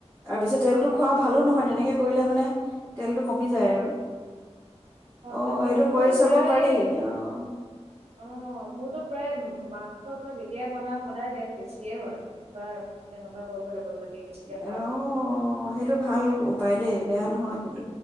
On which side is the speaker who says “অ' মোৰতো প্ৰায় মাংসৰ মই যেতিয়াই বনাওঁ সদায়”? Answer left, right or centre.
Right